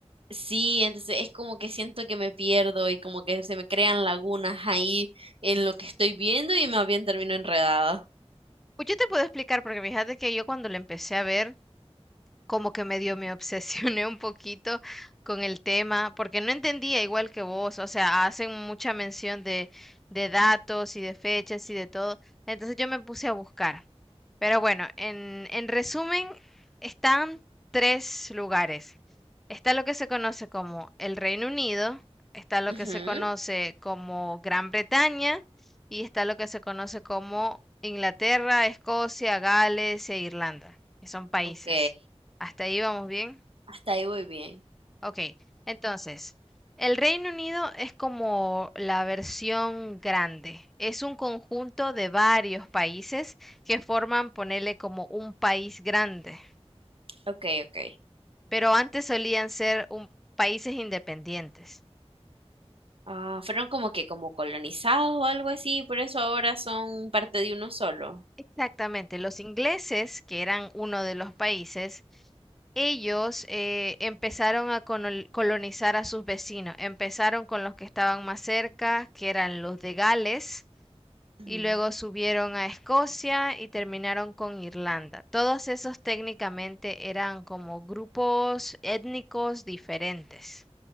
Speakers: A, on the right; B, in the centre.
A: Sí, entonces es como que siento que me pierdo y como que se me crean lagunas ahí en lo que estoy viendo y más bien termino enredada.
B: Pues yo te puedo explicar, porque fíjate que yo cuando lo empecé a ver, como que medio me obsesioné un poquito con el tema, porque no entendía igual que vos, o sea, hacen mucha mención de, de datos y de fechas y de todo, entonces yo me puse a buscar. Pero bueno, en, en resumen, están tres lugares. Está lo que se conoce como el Reino Unido, está lo
A: Ujú,
B: que se conoce como Gran Bretaña y está lo que se conoce como Inglaterra, Escocia, Gales e Irlanda, que son países.
A: Ok,
B: Hasta ahí vamos bien.
A: hasta ahí voy bien.
B: Ok, entonces, el Reino Unido es como la versión grande. Es un conjunto de varios países que forman, ponerle como un país grande,
A: Ok, ok.
B: pero antes solían ser un- países independientes.
A: Ah, fueron como que como colonizados o algo así, por eso ahora son parte de uno solo.
B: Exactamente, los ingleses, que eran uno de los países, ellos eh, empezaron a conol- colonizar a sus vecinos. Empezaron con los que estaban más cerca, que eran los de Gales,
A: Ujú,
B: y luego subieron a Escocia y terminaron con Irlanda. Todos esos técnicamente eran como grupos étnicos diferentes